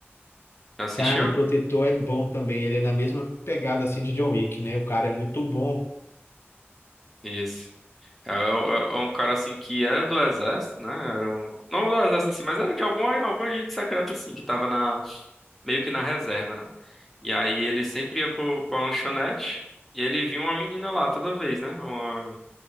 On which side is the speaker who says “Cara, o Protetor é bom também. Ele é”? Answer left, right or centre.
Left